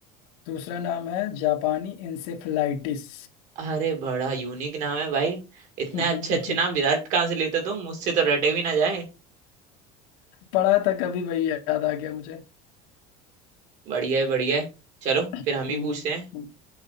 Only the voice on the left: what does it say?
दूसरा नाम है जापानी इंसेफ्लाइटिस
<laughs>
पढ़ा था कभी वही याद आ गया मुझे
हम्म
हम्म,